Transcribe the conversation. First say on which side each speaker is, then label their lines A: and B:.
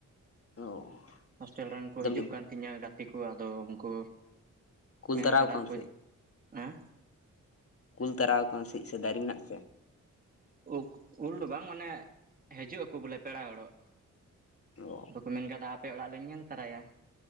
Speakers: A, on the left; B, on the right.
A: ᱚ
B: ᱦᱳᱥᱴᱮᱞ ᱨᱮᱱ ᱠᱚ
A: ᱟᱫᱚᱢ
B: ᱦᱤᱡᱩᱜ ᱠᱟᱱ ᱛᱤᱧᱟᱹ ᱜᱟᱛᱮ ᱠᱚ ᱟᱫᱚ ᱩᱱᱠᱩ
A: ᱠᱩᱞ
B: ᱢᱮᱱ
A: ᱛᱟᱨᱟᱣ
B: ᱠᱟᱫᱟ
A: ᱠᱟᱱᱟ
B: ᱠᱚ
A: ᱥᱮ
B: ᱦᱮᱸᱼᱼ
A: ᱠᱩᱞ ᱛᱟᱨᱟ ᱟᱠᱟᱱ ᱥᱤᱫ ᱥᱮ ᱫᱟᱨᱮ ᱢᱮᱱᱟᱜ ᱛᱟᱯᱮᱭᱟ
B: ᱩ ᱩᱞ ᱫᱚ ᱵᱟᱝ ᱢᱟᱱᱮ ᱦᱤᱡᱩᱜ ᱟᱠᱚ ᱵᱚᱞᱮ ᱯᱮᱲᱟ ᱦᱚᱲᱚᱜ
A: ᱚ
B: ᱟᱫᱚ ᱠᱚ ᱢᱮᱱ ᱠᱟᱫᱟ ᱟᱯᱮ ᱚᱲᱟᱜ ᱞᱮ ᱧᱮᱞ ᱛᱟᱨᱟᱭᱟ